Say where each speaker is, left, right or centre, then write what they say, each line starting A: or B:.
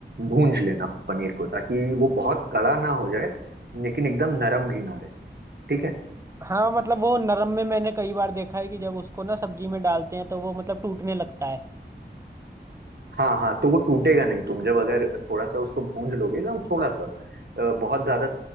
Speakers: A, on the right; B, on the right.
A: भूंज लेना पनीर को ताकि वो बहुत कड़ा ना हो जाए लेकिन एकदम नरम भी ना रहे ठीक है
B: हाँ मतलब वो नरम में मैंने कई बार देखा है कि जब उसको ना सब्जी में डालते हैं तो वो मतलब टूटने लगता है
A: हाँ हाँ तो वो टूटेगा नहीं तुम जब अगर थोड़ा सा उसको भूंज लोगे एकदम थोड़ा सा अ, बहुत ज्यादा